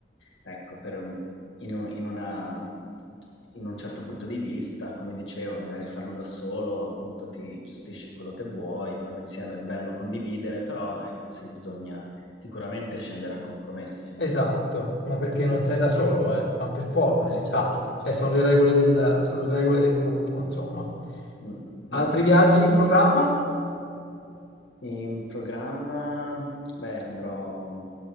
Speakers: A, on the left; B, on the left.
A: ecco, per, in un, in una- in un certo punto di vista, come dicevo, magari farlo da solo, appunto ti gestisci quello che vuoi, farlo insieme è bello condividere, però ecco sì, bisogna sicuramente scendere a compromessi.
B: Esatto, ma perché non sei da solo, eh? Ma per forza
A: Eh
B: ci sta.
A: certo, certo.
B: E sono le regole del, sono le regole del gruppo, insomma.
A: Mm, No,
B: Altri
A: infatti,
B: viaggi in
A: certo.
B: programma?
A: In programma, beh, andrò